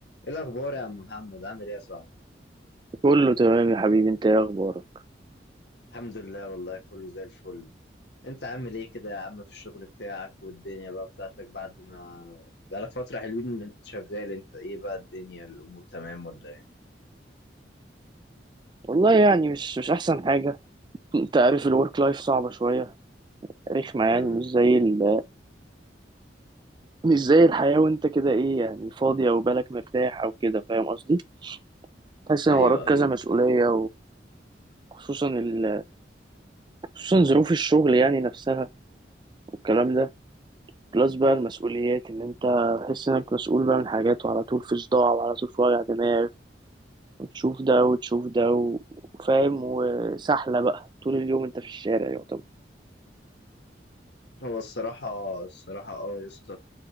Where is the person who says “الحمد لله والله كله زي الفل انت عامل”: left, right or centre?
Left